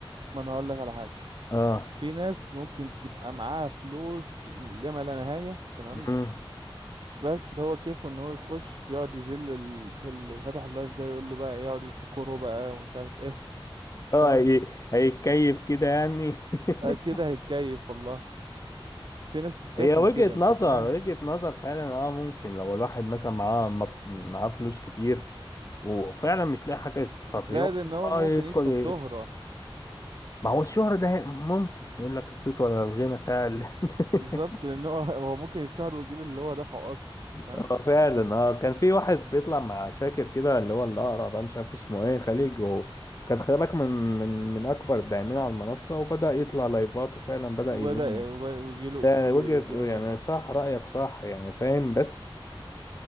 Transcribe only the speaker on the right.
ما أنا هقول لك على حاجة
في ناس ممكن تبقى معاها فلوس لما لا نهاية تمام
بس هو كيفه ان هو يخش يقعد يذل ال- اللي فاتح اللايف ده يقول له بقى إيه، يقعد يشكره بقى ومش عارف ايه <laughs>
فاهم
آه، كده هيتكيف والله في ناس بتتكيف
من كده انت
فاهم
زائد ان هو
ممكن
يكسب
شهرة
بالظبط
لان هو هو ممكن يتشهر ويجيب اللي هو دفعه اصلا انت فاهم
وبدأ
ويجي له
اصول
ويجي له
مم.